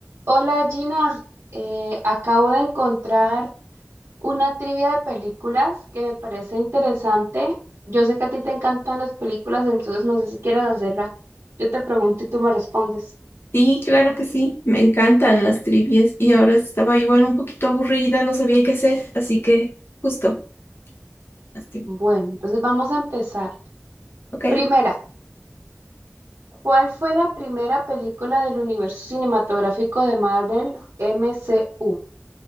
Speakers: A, on the right; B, on the left.
A: Hola Gina, Eh, acabo de encontrar una trivia de películas que me parece interesante. Yo sé que a ti te encantan las películas, entonces no sé si quieres hacerla. Yo te pregunto y tú me respondes.
B: Sí, claro que sí, me encantan las trivias y ahora estaba igual un poquito aburrida, no sabía qué hacer, así que justo, las tri-
A: Bueno, entonces vamos a empezar.
B: ok.
A: Primera, ¿cuál fue la primera película del universo cinematográfico de Marvel MCU?